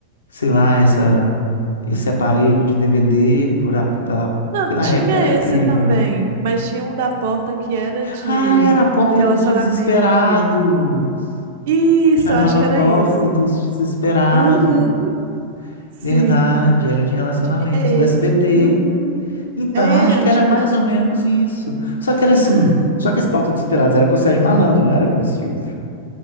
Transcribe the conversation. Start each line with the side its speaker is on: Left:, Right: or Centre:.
Left: sei lá, essa... esse aparelho de DVD por a... pela...
Right: Não,
Left: Porque na
Right: tinha
Left: época era incrível,
Right: esse também,
Left: né?
Right: mas tinha um da porta que era de,
Left: Ah, era a porta
Right: de relacionamento.
Left: dos desesperados!
Right: Isso,
Left: Chamava
Right: eu acho que
Left: Porta
Right: era isso.
Left: dos Desesperados.
Right: Uhum, sim.
Left: Verdade, era de relacionamento,
Right: Tinha esse.
Left: do SBT.
Right: Uhum.
Left: Então,
Right: É,
Left: eu acho
Right: antiga.
Left: que era mais ou menos isso. Só que era assim,
Right: Ah,
Left: só que esse Porta dos Esperados era com o Sérgio Malandro, não era com o Silvio.